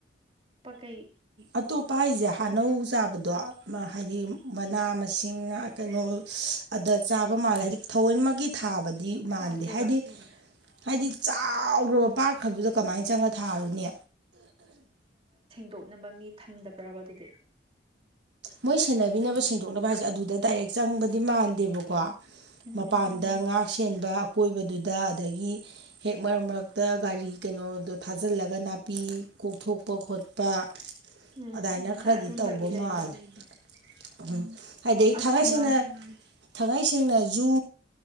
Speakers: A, on the right; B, on the right.
A: ꯀꯩ
B: ꯑꯇꯣꯄ ꯍꯥꯏꯖꯦ ꯍꯥꯅꯧ ꯆꯥꯕꯗꯣ ꯍꯥꯏꯗꯤ ꯃꯅꯥ ꯃꯁꯤꯡ ꯀꯩꯅꯣ ꯑꯗ ꯆꯥꯕ ꯃꯥꯜꯂꯦ ꯍꯥꯏꯗꯤ ꯊꯥꯋꯣꯢꯃꯛꯒꯤ ꯊꯥꯕꯗ ꯃꯥꯟꯗꯦ
A: ꯊꯥꯗꯦꯕ
B: ꯍꯥꯏꯗꯤ ꯍꯥꯏꯗꯤ ꯆꯥꯎꯈ꯭ꯔꯕ ꯄꯥꯛꯈꯔꯕꯗꯨꯗ ꯊꯥꯔꯨꯅꯦ
A: ꯇꯣꯛꯅꯕ ꯃꯤ ꯊꯝꯗꯕ꯭ꯔꯕ ꯑꯗꯨꯗꯤ
B: ꯃꯣꯏ ꯁꯦꯟꯅꯕꯤꯅꯕ ꯁꯦꯡꯗꯣꯛꯅꯕ ꯍꯥꯏꯁꯦ ꯑꯗꯨꯗ ꯗꯥꯏꯔꯦꯛ ꯆꯪꯕꯗꯤ ꯃꯥꯟꯗꯦꯕꯀꯣ
A: ꯎꯝ
B: ꯃꯄꯥꯟꯗ ꯉꯥ ꯁꯦꯟꯕ ꯑꯀꯣꯏꯕꯗꯨꯗ ꯑꯗꯒꯤ ꯍꯦꯛ ꯃꯔꯛ ꯃꯔꯛꯇ ꯒꯥꯔꯤ ꯀꯩꯅꯣꯗꯣ ꯊꯥꯖꯤꯜꯂꯒꯅ ꯅꯥꯄꯤ ꯀꯣꯛꯊꯣꯛꯄ ꯈꯣꯠꯄ
A: ꯎꯝ
B: ꯑꯗꯥꯏꯅ
A: ꯍꯣꯏ
B: ꯈꯔꯗꯤ
A: ꯑꯗꯨꯝꯕꯗꯤ
B: ꯇꯧꯕ
A: ꯂꯩꯕ
B: ꯃꯥꯜꯂꯦ ꯎꯝ ꯍꯥꯏꯗꯤ
A: ꯑꯁ
B: ꯊꯥꯡꯉꯩ
A: ꯁꯉꯥꯏ
B: ꯁꯦꯡꯅ ꯊꯥꯡꯉꯩ ꯁꯦꯡꯅ ꯖꯨ